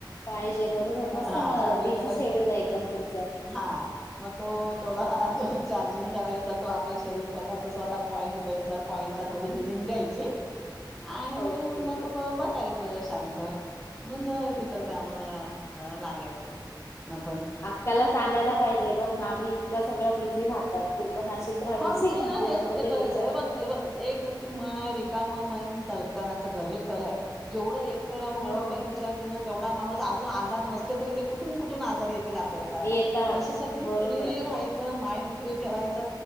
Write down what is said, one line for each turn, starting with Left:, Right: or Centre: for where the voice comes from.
Left: पाहिजे बरोबर मस्त
Centre: हा चार्जिंग
Left: बिझी
Centre: केल्या
Left: शेड्यूल आहे एकदम तुमचं.
Centre: हा मग तो. थोडा चार्जिंग करायचा. तो आपलं शरीर स्वतःचा-स्वतः पॉईंट दोन चार पॉईंट ला थोडी हिलिंग द्यायची. आणि
Left: ओके
Centre: मग. रहायचं शांत मग इतर कामाना लागायचं. आपण
Left: अक्काला सांगायला पाहिजे. हे बघ मामी इतकं सगळं बिझी राहतात तू पण अशीच राहा
Centre: हा
Left: बिझी
Centre: मी.
Left: म्हणजे
Centre: हेच
Left: नको
Centre: ते
Left: विचार
Centre: हे बघ. हे बघ. एक ती म्हण आहे. रिकाम मन सतानाच घर. हे खरं आहे. जेवढं एक एकट राहून
Left: हो
Centre: डोक्यात विचार घेऊंन. तेवढा माणूस अजून आजार नसले तरी ते कुठून-कुठून आजार येतील आपल्या ही घराल.
Left: येतात
Centre: त्याच्यासाठी फ्री
Left: बरोबर
Centre: राहायचं. माइंड फ्री ठेवायच.